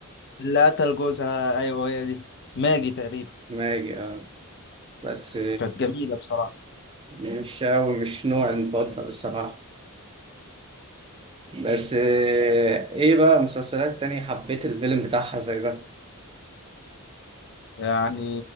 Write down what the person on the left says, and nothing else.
اللي قتل جوزها ايوه هي دي ماجي تقريبا
كانت جميله بصراحه
يعني